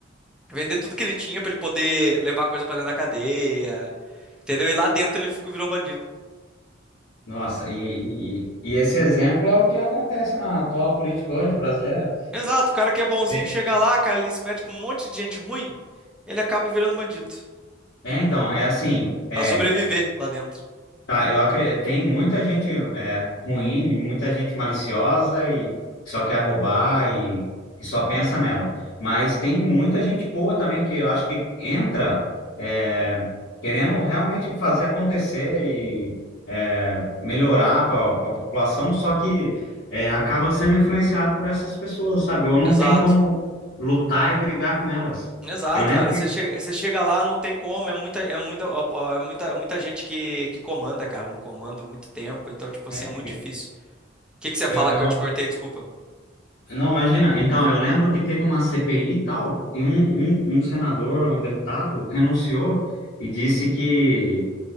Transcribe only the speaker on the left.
Nossa, e, e, e esse exemplo é o que acontece na atual política hoje brasileira.
É,
É, então, é assim, é,
Tá, eu acredito, tem muita gente é, ruim, muita gente maliciosa e que só quer roubar e que só pensa nela. Mas tem muita gente boa também que eu acho que entra é, querendo realmente fazer acontecer e é, melhorar para a população, só que é, acaba sendo influenciado por essas pessoas, sabe? Ou não
tem como lutar e brigar com elas.
Eu lembro
que
é,
eu, eu-
Não, imagina. Então, eu lembro que teve uma CPI e tal, e um, um, um senador, um deputado, renunciou e disse que,